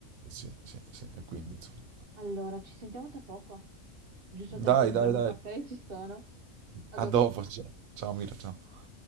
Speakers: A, on the right; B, on the right.
A: sì, sì, sì,
B: Mm,
A: e quindi
B: mm, mm.
A: insomma.
B: Allora, ci sentiamo tra poco. Giusto
A: Dai,
B: il tempo Va di
A: dai,
B: farmi
A: dai.
B: un bene. caffè, ci sono. A
A: A
B: dopo.
A: dopo, ciao, ciao Mira, ciao.